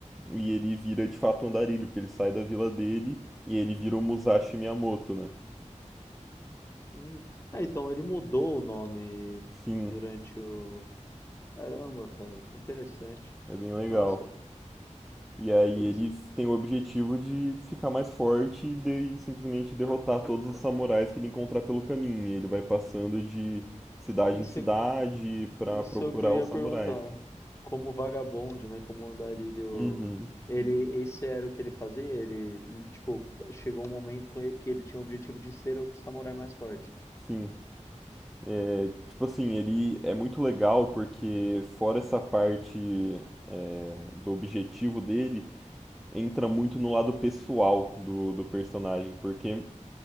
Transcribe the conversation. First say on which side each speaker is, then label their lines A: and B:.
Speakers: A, in the centre; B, on the left.
A: E ele vira de fato um andarilho, porque ele sai da vila dele e ele vira o Musashi Miyamoto, né?
B: Hum. Ah, então ele mudou o nome
A: Sim,
B: durante o. Caramba, cara, que interessante.
A: é bem legal.
B: Nossa,
A: E aí
B: putz,
A: eles têm o objetivo de ficar mais forte e de- e simplesmente derrotar todos os samurais que ele encontrar pelo caminho. E ele vai passando de cidade
B: isso
A: em cidade
B: é,
A: pra
B: isso
A: procurar
B: é o que eu ia
A: os samurais.
B: perguntar. Como vagabonde, né? Como andarilho.
A: Uhum,
B: Ele, esse era o que ele fazia? Ele, tipo, chegou um momento com ele- que ele tinha o objetivo de ser o samurai mais forte.
A: sim. É, tipo assim, ele é muito legal porque fora essa parte é, do objetivo dele, entra muito no lado pessoal do, do personagem, porque